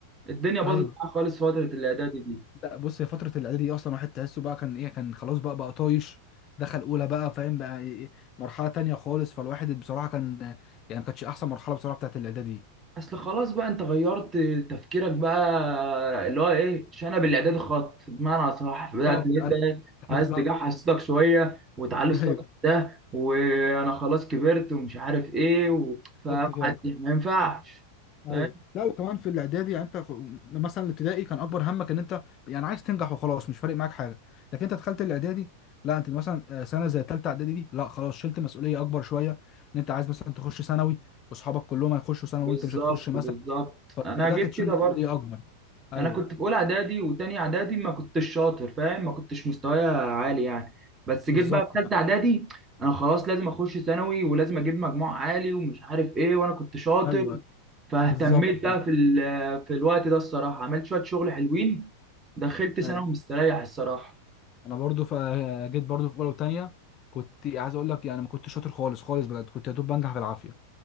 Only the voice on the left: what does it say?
ايوه
لا بص هي فترة الإعداد دي أصلا واحد تحسه بقى كان إيه كان خلاص بقى بقى طايش دخل أولى بقى فاهم بقى إيه مرحلة تانية خالص فالواحد بصراحة كان يعني ما كانتش أحسن مرحلة بصراحة بتاعت الإعداد دي
بالظبط
أيوة،
بالظبط
ايوه
بالظبط فعلا
ايوه
لا وكمان في الاعدادي يعني انت خ- مثلا الابتدائي كان اكبر همك ان انت يعني عايز تنجح وخلاص مش فارق معاك حاجه لكن انت دخلت الاعدادي لا انت مثلا آه، سنه زي ثالثه اعدادي دي لا خلاص شلت مسؤوليه اكبر شويه ان انت عايز مثلا تخش ثانوي واصحابك كلهم هيخشوا ثانوي
وانت مش هتخش
فبدأت
تشيل
مسؤولية
أكبر أيوه
بالظبط
فعلا.
أيوه
بالظبط
فعلا.
أيوه
أنا برضو فجيت برضو في أولى وتانية كنت عايز أقول لك يعني ما كنتش شاطر خالص خالص بجد كنت يا دوب بنجح بالعافية